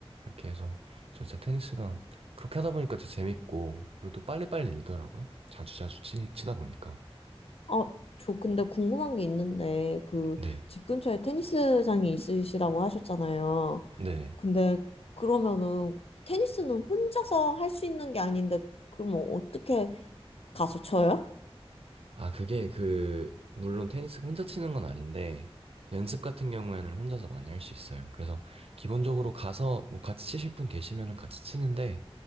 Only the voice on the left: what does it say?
아, 저 근데 궁금한 게 있는데, 그
집 근처에 테니스장이 있으시다고 하셨잖아요.
근데 그러면은 테니스는 혼자서 할 수 있는 게 아닌데, 그러면 어떻게 가서 쳐요?